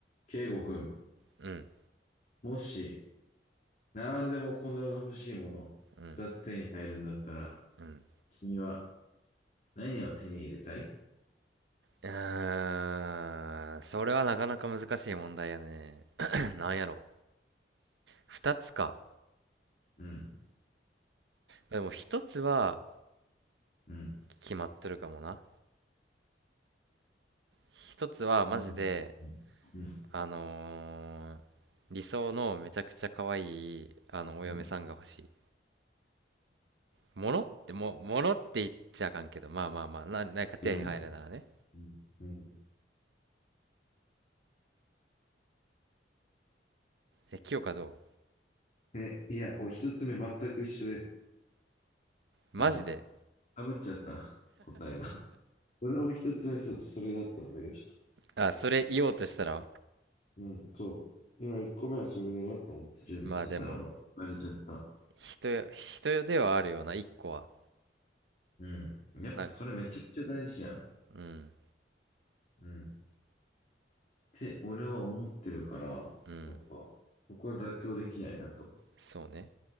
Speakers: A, on the left; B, on the right.
A: 圭吾君、
B: うん、
A: もし、何でもこの世の欲しいもの、
B: うん、
A: 二つ手に入るんだったら、
B: うん。
A: 君は何を手に入れたい
B: うーん、それはなかなか難しい問題やね。<clears throat> なんやろ。二つか。
A: うん、
B: でも一つは
A: うん、
B: 決まってるかもな。一つはマジで、
A: うん、うん、うん、
B: あのー理想のめちゃくちゃ可愛い、あの、お嫁さんが欲しい。
A: うん、
B: ものっても、ものって言っちゃあかんけど、まあまあまあ、な、なんか手に入るならね。
A: うん、うん。
B: え、清香ど
A: え、いや、お一つ目全く一緒で、
B: うマジで。
A: あの、かぶっちゃった、答えが。俺も一つ目そ、それだったんだけど、
B: あ、それ言おうとしたら、
A: うん、そう。今一個目はそれだなと思って準備してたのが、
B: まあでも、
A: バレちゃった。
B: 人よ、人よではあるような、一個は。
A: うん。やっぱそれめちゃくちゃ大事じゃん。
B: なんうん、
A: うん。て、俺は思ってるから、
B: うん、
A: やっぱ、僕は妥協できないなと、
B: そうね。